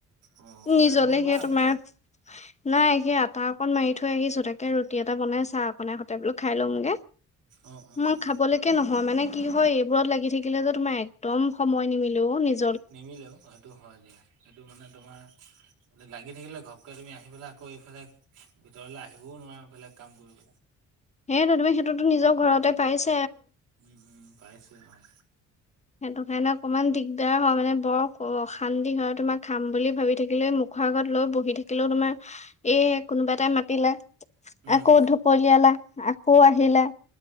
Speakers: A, on the right; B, on the left.
A: অ খাই
B: নিজলে
A: বৈ লোৱা
B: সে
A: আকৌ
B: তোমাৰ, নাই সে আতা অকণ মাৰি থৈ আহিছো। তাকে ৰুটি এটা বনাই, চাহ অকণে সৈতে বোলো খাই লওঁগে।
A: অ অ
B: মই
A: অ
B: খাবলৈকে নহয়, মানে কি হয়, এইবোৰত লাগি থাকিলে যে তোমাৰ একদম সময় নিদিলেও নিজ
A: নিমিলেও এইটো হয়, দিয়া এইটো মানে তোমাৰ লাগি থাকিলে ঘপকে তুমি আহি পেলাই আকৌ এইফালে ভিতৰলৈ আহিবও নোৱাৰা বেলেগ কাম কৰিবলে।
B: সেইটো, তুমি সেইটোতো নিজৰ ঘৰতে পাইছ
A: উম, উম, পাইছোয়ে মই।
B: সেইটো কাৰণে অকণমান দিগদাৰ হয়, মানে বৰ অ-অশান্তি হয়। তোমাক খাম বুলি ভাবি থাকিলে মুখৰ আগত লৈ বহি থাকিলেও তোমাৰ এই কোনোবা এটাই মাতিলে।
A: উম
B: আকৌ
A: উম
B: ঢপলিয়ালা, আকৌ আহিলা।